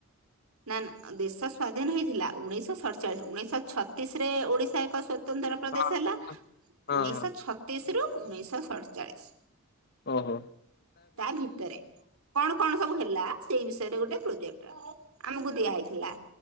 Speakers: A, on the right (about 85°); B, on the left (about 50°).
A: ନା ନା ଦେଶ ସ୍ଵାଧୀନ ହେଇଥିଲା ଉଣେଇଶ ସତଚାଳିଶ ଉଣେଇଶହ ଛତିଶିରେ ଓଡ଼ିଶା ଏକ ସ୍ଵତନ୍ତ୍ର ପ୍ରଦେଶ
B: ହଁ
A: ହେଲା
B: ହଁ
A: ଉଣେଇଶହ
B: ହଁ
A: ଛତିଶିରୁ ଉଣେଇଶହ ଅଠଚାଳିଶି
B: ଓହୋ।
A: ତା ଭିତରେ କଣ କଣ ସବୁ ହେଲା ସେଇ ବିଷୟରେ ଗୋଟେ ପ୍ରୋଜେକ୍ଟ ଆମକୁ ଦିଆ ହେଇଥିଲା